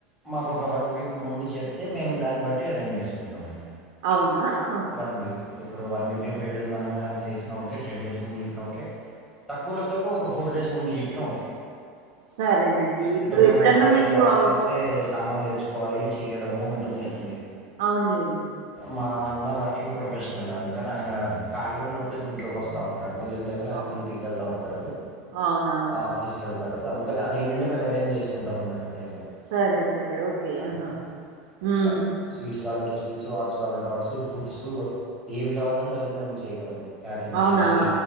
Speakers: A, in the centre; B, on the right (about 75°).
A: మాకు ఒక వన్ వీక్ ముందు చెప్తే మేము దాన్ని బట్టి అరేంజ్ చేసుకుంటామండి.
B: అవునా ఒకే
A: వన్ వీక్ ఇప్పుడు వన్ వీక్ లో పెళ్ళి ఉంద అనగా నాకు చేసినా ఓకే టెన్ డేస్ ముందు చెప్పిన ఓకే తక్కువలో తక్కువ ఒక ఫోర్ డేస్ ముందు చెప్పినా ఓకే
B: సరేనండి ఇప్పుడు
A: అంటే మేము
B: ఎప్పుడన్నా
A: ఒకవేళ
B: మీకు
A: మీరు ఆర్డర్
B: అవ్
A: ఇస్తే, సామాన్లు తెచ్చుకోవాలి చెయడము ఉంటుంది కదండి
B: అవునులేండి
A: మా అన్న వర్కింగ్ ప్రొఫెషనల్ అందుకని ఆయన ఖాళీ ఉన్నప్పుడే దీంట్లోకి వస్తా ఉంటాడు మిగిలి టైమ్ లో ఆయనా
B: అవ్
A: డ్యూటీ వెళ్తా ఉంటాడు
B: అవునా
A: ఆఫీస్ వెళ్తాడు అందుకని అదిేంటండి మే అరంజ్ చేసుంటాం అన్నటు టైం అది
B: సరే సరే ఓకే
A: అట్లా
B: ఆహా ఉం
A: ఇట్లా స్వీట్స్ కావాలంటే స్వీట్స్ ఆర్ట్స్ కావాలంటే హర్ట్స్ ఫుడ్స్ ఏవి కావాలంటే అది మేము చేయగలం క్యాటరింగ్స్
B: అవునా
A: కానీ